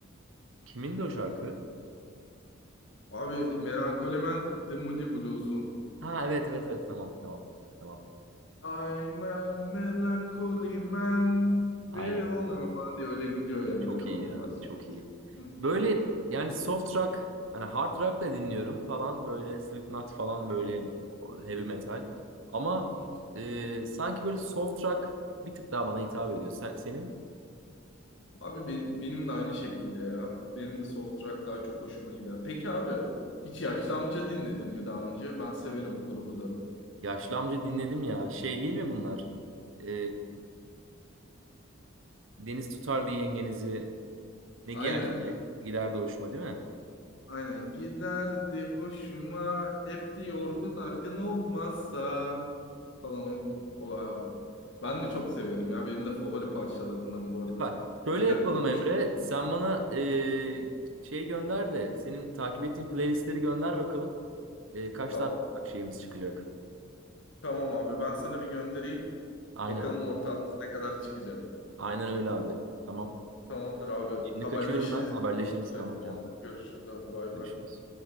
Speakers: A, on the right; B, on the left.
A: Kimin de o şarkı?
B: Abi Melankolimen The Moody Blues'un.
A: Ha evet evet evet tamam tamam tamam.
B: I'm a melancholy man. Very
A: Aynen.
B: lonely man falan diye öyle gidiyor yani
A: Çok
B: değil
A: iyi
B: mi o
A: ya.
B: parça?
A: Çok iyi.
B: Hı.
A: Böyle yani soft rock hani hard rock da dinliyorum falan böyle Slipknot falan böyle heavy metal. Ama
B: Hı.
A: e, sanki böyle soft rock bir tık daha bana hitap ediyor. Sen, senin
B: Abi ben- benim de aynı şekilde ya. Benim de soft rock daha çok hoşuma gider. Peki abi hiç Yaşlı Amca dinledin mi daha önce? Ben severim o grubu da.
A: yaşlı amca dinledim ya. Şey değil mi bunlar? E, Deniz tutardı yengenizi. Ne
B: Aynen.
A: giyerse giderdi hoşuma değil mi?
B: Aynen giderdi hoşuma hep de yorgun argın olmazsa falan o, o abi. Ben de çok severim ya benim de favori parçalarımdan bu arada.
A: Bak şöyle
B: Giderdi
A: yapalım
B: hoşuma.
A: Emre. Sen bana eee, şey gönder de senin takip ettiğin playlistleri gönder bakalım. Eee, kaç
B: Tamam.
A: tane şeyimiz çıkacak.
B: Tamam abi ben sana bir göndereyim.
A: Aynen.
B: Bakalım ortağımız ne kadar çıkacak.
A: Aynen öyle abi. Tamam.
B: Tamamdır abi
A: Şimdi
B: haberleşiriz.
A: kaçıyorum ben. Haberleşiriz.
B: Tamam, müsait.
A: Tamam
B: Tamamdır
A: canım.
B: görüşürüz abi bay
A: Görüşürüz.
B: bay.